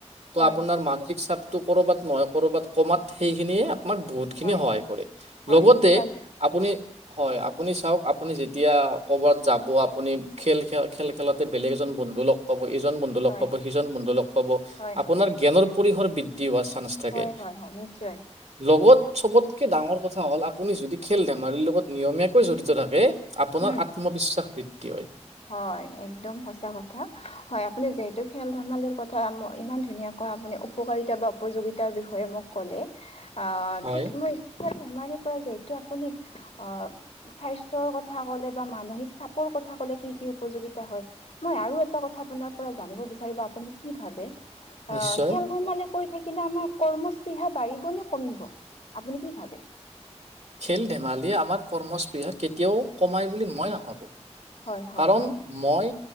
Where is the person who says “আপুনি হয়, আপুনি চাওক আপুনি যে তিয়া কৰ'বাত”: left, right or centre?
Right